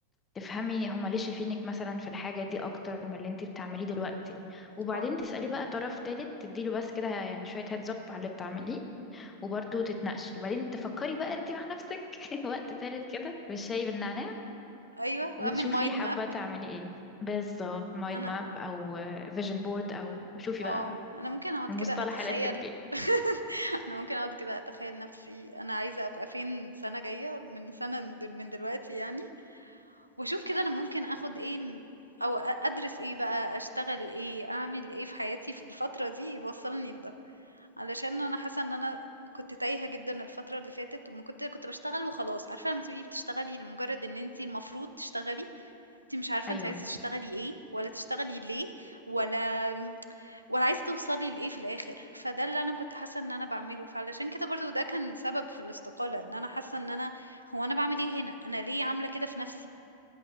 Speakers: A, on the left; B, on the right.
A: تفهمي هما ليه شايفينك مثلا في الحاجة دي اكتر من اللي انتي بتعمليه دلوقتي وبعدين
B: اه
A: تسألي بقى طرف تالت تديله بس كده يعني شوية هيدز اب على اللي بتعمليه وبرضه تتناقشي وبعدين تفكري بقى انتي مع نفسك <laughs> وقت تالت كده بالشاي بالنعناع
B: ايوه واعمل
A: وتشوفي
B: مايند
A: حابة
B: ماب
A: تعملي ايه بالظبط مايند
B: انا
A: ماب او فيجن بورد او شوفي بقى
B: اه انا ممكن اقعد
A: المصطلح
B: كده اتخيل
A: اللي تحبيه
B: <laughs> انا ممكن اقعد كده اتخيل نفسي انا عايزه ابقى فين سنه جايه من سنه دل- من دلوقتي يعني واشوف كده انا ممكن اخد ايه م- او أ- ادرس ايه بقى اشتغل ايه اعمل ايه في حياتي في الفتره دي يوصلني لده علشان انا حاسه ان انا كنت تايهه جدا الفتره اللي فاتت وما كنت كنت بشتغل وخلاص عارفه لما تبقي بتشتغلي لمجرد ان انتي المفروض تشتغلي أنتِ مش عارفة
A: ايوه
B: أنتِ عايزة تشتغلي إيه، ولا تشتغلي ليه، ولا آمم، ولا عايزة توصلي لإيه في الآخر، فده اللي أنا كنت حاسة إن أنا باعمله، فعلشان كده برضه ده كان سبب في الاستقالة، إن أنا حاسة إن أنا هو أنا باعمل إيه هنا، أنا ليه عاملة كده في نفسي،